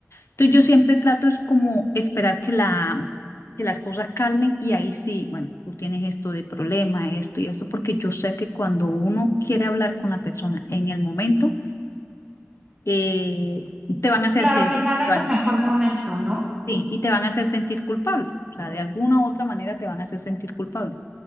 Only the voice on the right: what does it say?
Claro,
quizá
no es
el mejor momento, ¿no?